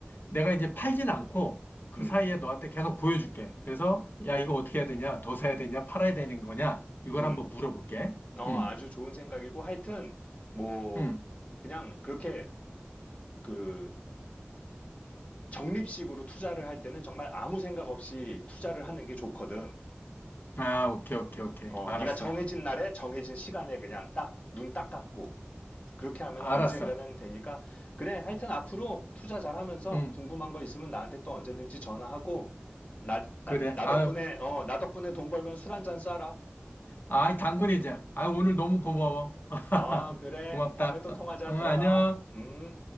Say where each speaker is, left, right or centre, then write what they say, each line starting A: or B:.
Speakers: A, on the left (about 55°); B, on the left (about 30°).
A: 내가 이제 팔진 않고 그
B: 음,
A: 사이에 너한테 계속 보여줄게. 그래서 야 이거 어떻게 해야 되냐? 더 사야 되냐? 팔아야 되는 거냐? 이걸
B: 음.
A: 한번 물어볼게.
B: 어,
A: 음.
B: 아주 좋은 생각이고 하여튼 뭐
A: 음.
B: 그냥 그렇게 그 적립식으로 투자를 할 때는 정말 아무 생각 없이 투자를 하는 게 좋거든.
A: 아, 오케이, 오케이, 오케이.
B: 어,
A: 알았어.
B: 네가 정해진 날에 정해진 시간에 그냥 딱 눈 딱 감고 그렇게 하면
A: 알았어.
B: 언젠가는 되니까 그래 하여튼 앞으로 투자 잘하면서
A: 응,
B: 궁금한 거 있으면 나한테 또 언제든지 전화하고 나, 나,
A: 그래.
B: 나
A: 아유,
B: 덕분에 어, 나 덕분에 돈 벌면 술 한잔 쏴라.
A: 아이, 당근이자. 아, 오늘 너무 고마워. <laughs>
B: 어, 그래.
A: 고맙다.
B: 다음에 또 통하자.
A: 응,
B: 들어가.
A: 안녕.
B: 음.